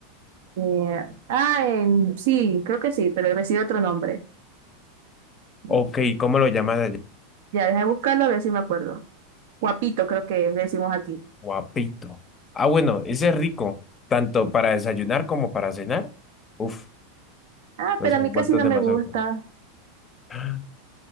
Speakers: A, on the right; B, on the left.
A: Eh, ah, em, sí, creo que sí, pero recibe otro nombre. Mm,
B: Ok, ¿cómo lo llaman allá?
A: Ya, deja de buscarlo a ver si me acuerdo. Guapito, creo que le decimos aquí.
B: Guapito. Ah, bueno, ese es rico, tanto para desayunar como para cenar. Uf,
A: Ah,
B: los
A: pero
B: envueltos
A: a mí casi no
B: de
A: me
B: mazorca.
A: gusta.
B: <gasps>